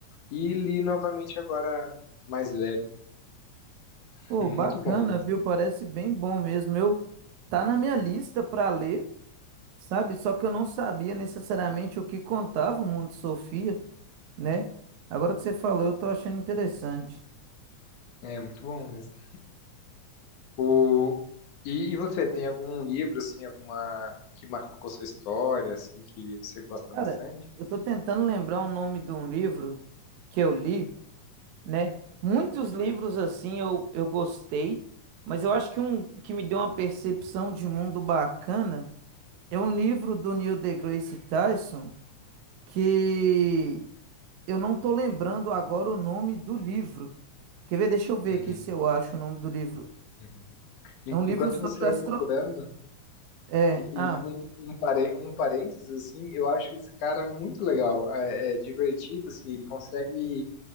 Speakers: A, on the left; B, on the right.
A: e li novamente agora mais velho. <laughs>
B: Pô,
A: Muito
B: bacana,
A: bom mesmo.
B: viu? Parece bem bom mesmo. Eu tá na minha lista para ler, sabe? Só que eu não sabia necessariamente o que contava o Mundo de Sofia, né? Agora que você falou, eu tô achando interessante.
A: É, muito bom mesmo. O... E, e você, tem algum livro, assim, alguma que marcou sua história, assim, que você gosta
B: Cara,
A: bastante?
B: eu tô tentando lembrar o nome de um livro que eu li. né? Muitos livros assim eu, eu gostei, mas eu acho que um que me deu uma percepção de mundo bacana é um livro do Neil deGrasse Tyson que eu não tô lembrando agora o nome do livro. Quer ver? Deixa eu ver
A: Uhum,
B: aqui se eu acho o nome do livro.
A: uhum. En-
B: É um livro
A: Enquanto
B: sobre
A: você vai
B: astro...
A: procurando,
B: É,
A: e,
B: ah,
A: e um, um, parê- um parênteses, assim, eu acho esse cara muito legal, é, é divertido, assim, ele consegue